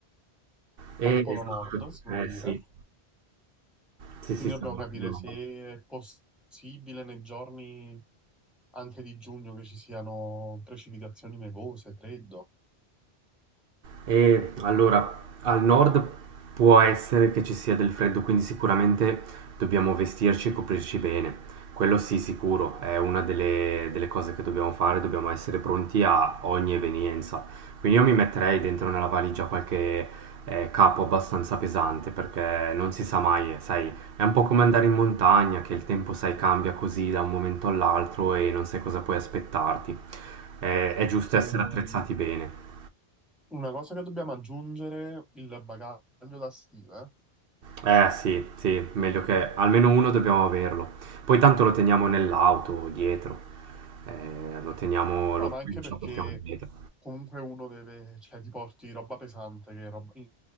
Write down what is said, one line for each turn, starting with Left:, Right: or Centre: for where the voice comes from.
Right: eh,
Centre: al Polo
Right: sì, esatto,
Centre: Nord, si può
Right: eh
Centre: dire.
Right: sì, sì,
Centre: Quindi
Right: sì, siamo
Centre: dobbiamo capire
Right: al Polo
Centre: se
Right: Nord.
Centre: è possibile nei giorni anche di giugno che ci siano precipitazioni nevose, freddo.
Right: E allora, al nord può essere che ci sia del freddo, quindi sicuramente dobbiamo vestirci e coprirci bene. Quello sì, sicuro, è una delle, delle cose che dobbiamo fare, dobbiamo essere pronti a ogni evenienza. Quindi io mi metterei dentro nella valigia qualche eh, capo abbastanza pesante, perché non si sa mai, eh, sai, è un po' come andare in montagna, che il tempo, sai, cambia così da un momento all'altro e non sai cosa puoi aspettarti. Eh, è giusto
Centre: E
Right: essere attrezzati bene.
Centre: una cosa che dobbiamo aggiungere, il bagaglio da stiva.
Right: Eh sì, sì, meglio che almeno uno dobbiamo averlo. Poi tanto lo teniamo nell'auto, dietro. Eh, lo teniamo,
Centre: No,
Right: lo,
Centre: ma anche
Right: ce
Centre: perché
Right: lo portiamo dietro.
Centre: comunque uno deve, cioè ti porti roba pesante che è roba in-